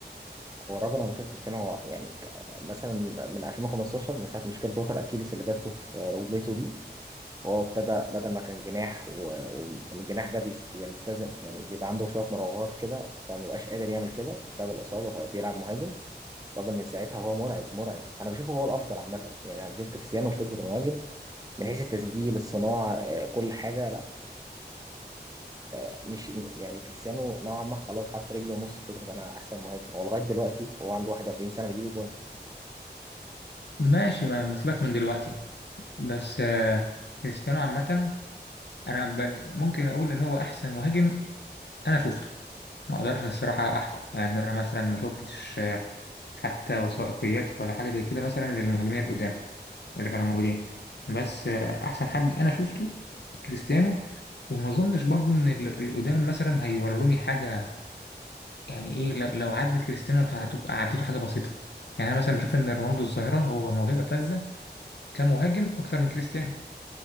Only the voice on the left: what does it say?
ماشي ما ما سيبك من دلوقتي بس آه، كريستيانو عامة أنا ب- ممكن أقول إن هو أحسن مهاجم أنا شفته ما أقدرش الصراحة أحكم يعني أنا مثلا ما شفتش آه، حتى وثائقيات ولا حاجة زي كده مثلا للمهاجمين القدام اللي كانوا موجودين بس آه، أحسن حد أنا شفته كريستيانو وما أظنش برضو إن ال- القدام مثلا هيوروني حاجة يعني ايه لو لو عدت كريستيانو انت عدت- عدته حاجه بسيطه يعني انا مثلا بشوف ان رونالدو الظاهره هو موهبه فذه كمهاجم اكتر من كريستيانو